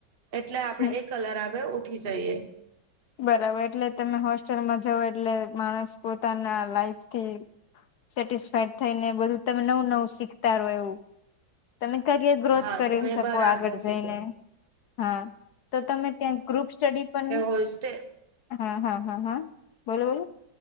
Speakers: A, on the right; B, on the left.
A: એટલે આપડે
B: હમ
A: એક એલાર્મ એ ઉઠી જઈએ.
B: બરાબર એટલે તમે હોસ્ટેલમાં જાવ એટલે માણસ પોતાના લાઈફથી સેટિસફાઈડ થઈ ને બધું તમે નવું નવું શીખતા રહો એવું તમે કરિયર ગ્રોથ
A: હા
B: કરી
A: તમે
B: શકો
A: બરાબર
B: આગળ જઈને
A: કીધું
B: હા તો તમે ત્યાં ગ્રુપ સ્ટડી પણ
A: હોસ્ટેલ
B: હા હા હા હા બોલો બોલો